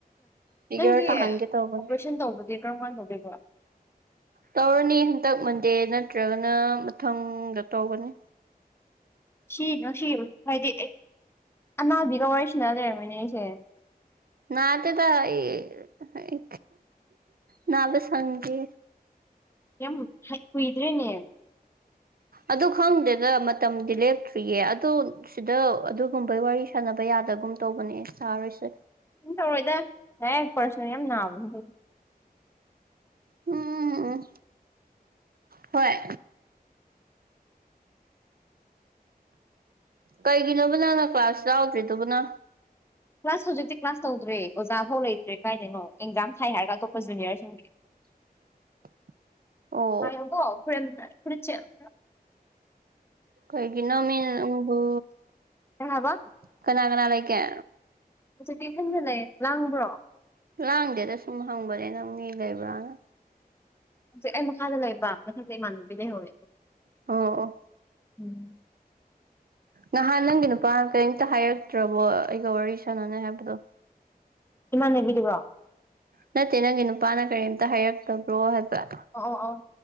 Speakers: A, on the right; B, on the left.
A: ꯐꯤꯒꯔ
B: ꯅꯪꯗꯤ
A: ꯇꯥꯍꯟꯒꯦ ꯇꯧꯕꯅꯦ
B: ꯑꯣꯄꯔꯦꯁꯟ ꯇꯧꯕꯗꯤ ꯀꯔꯝ ꯀꯥꯟ ꯇꯧꯗꯣꯢꯕ
A: ꯇꯧꯔꯅꯤ ꯍꯟꯗꯛ ꯃꯟꯗꯦ ꯅꯠꯇ꯭ꯔꯒꯅ ꯃꯊꯪꯗ ꯇꯧꯒꯅꯤ
B: ꯁꯤ ꯉꯁꯤ ꯍꯥꯏꯗꯤ ꯑꯅꯥꯕꯤꯒ ꯋꯥꯔꯤꯁꯤꯅ ꯂꯩꯔꯝꯃꯅꯦ ꯑꯩꯁꯦ <inaudible>
A: ꯅꯥꯗꯦꯗ ꯑꯩ ꯅꯥꯕ ꯁꯪꯗꯦ
B: ꯌꯥꯝ ꯀꯨꯏꯗ꯭ꯔꯦꯅꯦ
A: ꯑꯗꯨ ꯈꯪꯗꯦꯗ ꯃꯇꯝꯗꯤ ꯂꯦꯞꯇ꯭ꯔꯤꯌꯦ ꯑꯗꯨ ꯁꯤꯗ ꯑꯗꯨꯒꯨꯝꯕꯩ ꯋꯥꯔꯤ ꯁꯥꯟꯅꯕ ꯌꯥꯗꯒꯨꯝ ꯇꯧꯕꯅꯦ ꯁꯥꯔꯣꯏꯁꯦ
B: ꯀꯝ ꯇꯧꯔꯣꯏꯗ ꯍꯦꯛ ꯄꯔꯁꯅꯦ ꯌꯥꯝ ꯅꯥꯕꯅꯦ <inaudible>
A: ꯎꯝ ꯍꯣꯏ ꯀꯩꯒꯤꯅꯣꯕ ꯅꯪꯅ ꯀ꯭ꯂꯥꯁ ꯌꯥꯎꯗ꯭ꯔꯤꯗꯨꯕꯨꯅ
B: ꯀ꯭ꯂꯥꯁ ꯍꯧꯖꯤꯛꯇꯤ ꯀ꯭ꯂꯥꯁ ꯇꯧꯗ꯭ꯔꯦ ꯑꯣꯖꯥ ꯐꯥꯎ ꯂꯩꯇ꯭ꯔꯦ ꯀꯥꯏꯗꯩꯅꯣ ꯑꯦꯛꯖꯥꯝ ꯊꯥꯏ ꯍꯥꯏꯔꯒ ꯑꯇꯣꯞꯄ ꯖꯨꯅꯤꯌꯔꯁꯤꯡꯗꯤ
A: <inaudible> ꯑꯣ
B: <unintelligible> ꯐꯨꯔꯤꯠ ꯑꯝꯇꯥ ꯐꯨꯔꯤꯠꯁꯦ ꯑꯝꯇꯥ
A: ꯀꯩꯒꯤꯅꯣꯃꯤ ꯅꯪꯕꯨ
B: ꯀꯩ ꯍꯥꯏꯕ
A: ꯀꯅꯥ ꯀꯅꯥ ꯂꯩꯒꯦ
B: ꯍꯧꯖꯤꯛꯇꯤ ꯏꯊꯟꯇ ꯂꯩꯌꯦ ꯂꯥꯡꯕ꯭ꯔꯣ
A: ꯂꯥꯡꯗꯦꯗ ꯁꯨꯝ ꯍꯪꯕꯅꯦ ꯅꯪ ꯃꯤ ꯂꯩꯕ꯭ꯔꯥꯅ
B: ꯍꯧꯖꯤꯛ ꯑꯩ ꯃꯈꯥꯗ ꯂꯩꯕ ꯃꯊꯛꯇ ꯏꯃꯥꯟꯅꯕꯤ ꯂꯩꯍꯧꯋꯦ
A: ꯑꯣ ꯑꯣ
B: ꯎꯝ
A: ꯅꯍꯥꯟ ꯅꯪꯒꯤ ꯅꯨꯄꯥꯅ ꯀꯩꯝꯇ ꯍꯥꯏꯔꯛꯇ꯭ꯔꯕꯣ ꯑꯩꯒ ꯋꯥꯔꯤ ꯁꯥꯟꯅꯅꯤ ꯍꯥꯏꯕꯗꯣ
B: ꯏꯃꯥꯟꯅꯕꯤꯗꯨꯔꯣ
A: ꯅꯠꯇꯦ ꯅꯪꯒꯤ ꯅꯨꯄꯥꯅ ꯀꯔꯤꯝꯇ ꯍꯥꯏꯔꯛꯇꯕ꯭ꯔꯣ ꯍꯥꯏꯕ
B: ꯑꯣ ꯑꯣ ꯑꯣ